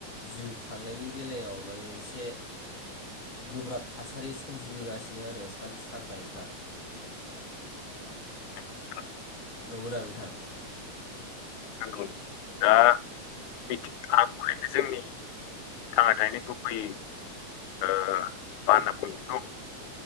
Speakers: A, on the left; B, on the left.
A: जिउ खांनायनि बेलायाव माने एसे गोब्राब थासारि सोमजिबोगासिनो आरो सान‌ सानफा एफा
B: नंगौ नोंथां
A: नंगौदा नोंथां?
B: नौ दा मिथ आबहावानो जोंनि थांना थानायनि गुबैै ओ मा होनना बुंगोन बेखौ